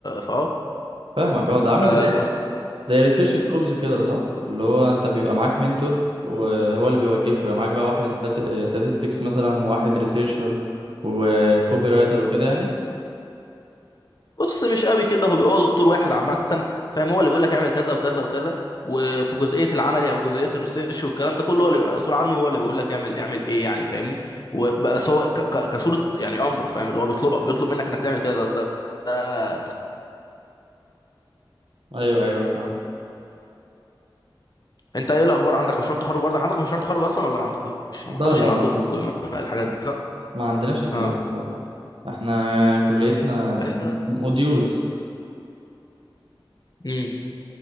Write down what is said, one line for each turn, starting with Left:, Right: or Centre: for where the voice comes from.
Left: فاه
Right: فاهمك اه ده عامل
Left: ف...
Right: زي
Left: فلو
Right: زي ريسيرش جروبز كده صح اللي هو انت بيبقى معاك منتور وهو اللي بيوجهك ويبقى معاك بقى واحد statistics مثلا وواحد ريسيرشر وكوبي رايتر وكده يعني
Left: بص مش قوي كده هو بيبقى هو دكتور واحد عامه فاهم هو اللي بيقول لك اعمل كذا وكذا وكذا وفي جزئيه العملي او جزئيه الريسيرش والكلام ده كله هو اللي بيبقى مسؤول عنه هو اللي بيقول لك اعمل اعمل ايه يعني فاهمني وبقى- بس هو ك- ك- كصوره يعني امر فاهم اللي هو بيطلبك بيطلب منك انك تعمل كذا ده ده تص-
Right: ايوه ايوه فاهم
Left: انت ايه الاخبار عندك مشروع التخرج برضك عندك مشروع تخرج اصلا ولا ما عندكوش
Right: لا
Left: ما اعتقدش
Right: لا
Left: ان عندكم
Right: لا
Left: الحاجات دي صح
Right: ما عندناش الكلام
Left: اه
Right: ده لا لا احنا كليتنا
Left: انت
Right: موديولز
Left: امم